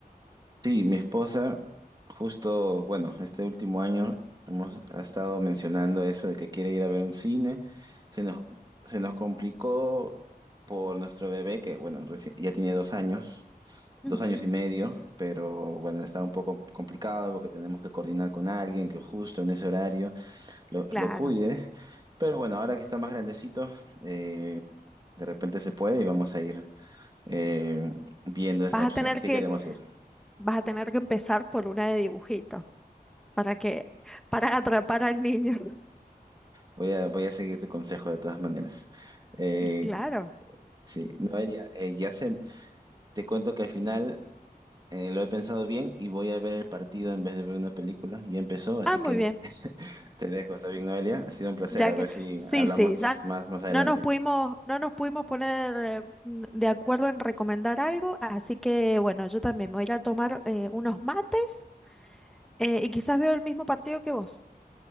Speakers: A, on the right; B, in the centre.
A: Sí, mi esposa, justo, bueno, este último año hemos ha estado mencionando eso de que quiere ir a ver un cine. Se nos, se nos complicó por nuestro bebé, que bueno, reci- ya tiene dos años, dos
B: Ujú,
A: años y medio, pero bueno, está un poco complicado porque tenemos que coordinar con alguien que justo en ese horario lo,
B: claro.
A: lo cuide. Pero bueno, ahora que está más grandecito, eh, de repente se puede y vamos a ir eh, viendo esa
B: Vas
A: opción,
B: a tener
A: si
B: que,
A: queremos ir.
B: vas a tener que empezar por una de dibujitos para que, para atrapar al niño. <laughs>
A: Voy a, voy a seguir tu consejo de todas maneras. Eh,
B: Y claro.
A: sí, Noelia, eh, ya se, te cuento que al final eh, lo he pensado bien y voy a ver el partido en vez de ver una película. Ya empezó, así
B: Ah, muy
A: que
B: bien.
A: te dejo. ¿Está bien, Noelia? Ha sido un placer.
B: Ya
A: A
B: que,
A: ver si
B: sí,
A: hablamos
B: sí, ya
A: más, más adelante.
B: no nos pudimos, no nos pudimos poner eh, n- de acuerdo en recomendar algo, así que bueno, yo también me voy a ir a tomar eh, unos mates eh, y quizás veo el mismo partido que vos.